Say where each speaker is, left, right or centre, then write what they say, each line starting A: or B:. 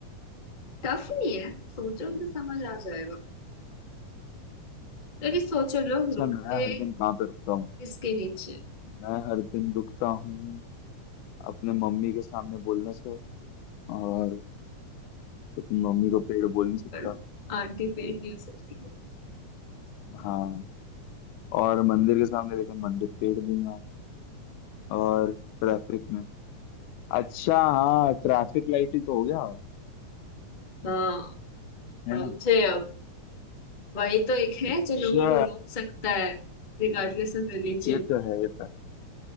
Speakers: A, on the left (about 40°); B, on the left (about 80°).
A: टफ नहीं है सोचो तो समझ आ जाएगा लेकिन सोचो लोग
B: अच्छा
A: रुकते
B: मैं हर दिन कहाँ पे रुकता हूँ
A: किसके नीचे
B: मैं हर दिन रुकता हूँ अपने मम्मी के सामने बोलने से और अपनी मम्मी को पेड़ बोल नहीं सकता
A: पर आंटी पेड़ नहीं हो सकती हो।
B: हाँ और मंदिर के सामने लेकिन मंदिर पेड़ भी ना और ट्रैफिक में अच्छा हाँ ट्रैफिक लाइट ही तो हो गया
A: हाँ
B: है
A: समझे
B: ना
A: अब वही तो एक है
B: अच्छा
A: जो लोगों को रोक सकता है Regardless of religion
B: ये तो है ये तो है